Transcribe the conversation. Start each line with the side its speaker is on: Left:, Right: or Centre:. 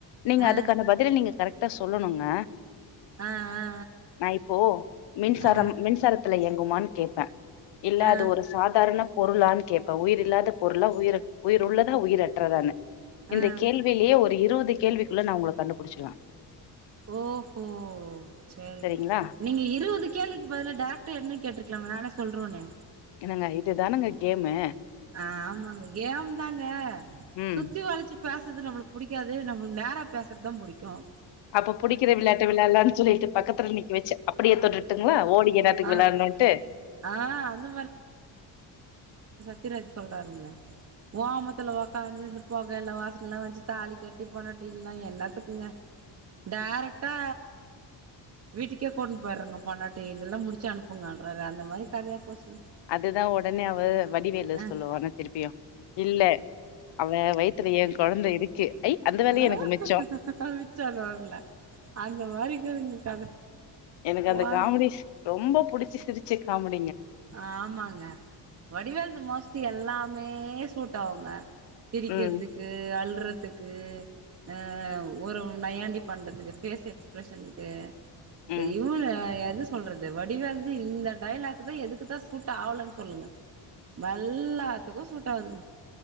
Left: நீங்க
Right: ஆ
Left: அதுக்கான பதில நீங்க கரெக்ட் கிட்ட சொல்லணுங்க
Right: ஆ ஆ
Left: நா இப்போ மின்சாரம்
Right: ஆ ஆ
Left: மின்சாரத்துல இயங்குமான்னு கேட்பேன் இல்ல
Right: ஆ
Left: அது ஒரு சாதாரண பொருளான்னு கேட்பேன் உயிர் இல்லாத பொருள்லா உயர் அ உயிர் உள்ளதா உயிர் அற்றதான்னு இந்த
Right: ஆ
Left: கேள்வியிலேயே ஒரு இருபது இந்த கேள்விக்குள்ள நா உங்கள கண்டுபிடிச்சிருவேன்
Right: ஓஹோ சேரிங்க
Left: சரிங்களா
Right: நீங்க இருவது கேள்விக் பதிலா டேரக்டா என்ன கேட்ருக்லாம்ல நானே சொல்றோனே
Left: என்னங்க இதுதானங்க கேமு
Right: ஆஹ் ஆமாங்க கேம் தாங்க
Left: ம்
Right: சுத்தி வளச்சு பேசுறது நம்ளுக்கு புடிக்காது நம்ளுக்கு நேரா பேசுறதுதா புடிக்கும்
Left: அப்ப புடிக்கிற விளையாட்டு விளையாட்லான்னு சொல்லிட்டு பக்கத்துல நிக்க வெச்சு அப்டியே தொட்டுட்டுங்களா ஓடி என்னாத்துக்கு
Right: ஆ
Left: விளையாட்னுட்டு
Right: ஆ அந்த சிராஜ் சொல்றாருல்ல ஓமத்துல ஒக்காந்து இந்த பொக எல்லா வாஸ் லாம் வச்சி தாலி கட்டி பொண்டாட்டின்லா என்னாத்துக்குங்க டேரக்டா வீட்டுக்கே கொண் போயர்றானுங்க பொண்டாட்டி இதுல்லா முடிச்சு அனுப்புங்கான்றாரே அந்த மாதிரி கதையா போச்சுங்
Left: அதுதா ஒடனே அவ வடிவே இல்ல
Right: அ
Left: சொல்லுவான திருப்பியும் இல்ல அவ வயித்துல என் கொழந்த இருக்கு ஐ அந்த வேலையே
Right: ஆஹ்
Left: எனக்கு மிச்சோ
Right: மிச்சோனுவான்ல அந்த மாரி இருக்குதுங்க கத
Left: எனக்கு
Right: போங்க
Left: அந்த காமெடிஸ் ரொம்போ புடிச்சு சிரிச்சு காமெடி
Right: ஆமாங்க வடிவேல்து மோஸ் லி எல்லாமே சூட்டாவுங்க சிரிக்கிறதுக்கு
Left: ம்
Right: அளுறதுக்கு கு அ ஒரு நையாண்டி பண்றதுக்கு ஃபேஸ் எக்ஸ்பிரஷன்க்கு து
Left: ம்
Right: இவன் எ து சொல்றது வடிவேல்து இந்த டையலாக் குதா எதுக்குதா சூட் ஆவலன்னு சொல்லுங்க மெல்லாத்துக்கும் சூட்டாவுதுங்க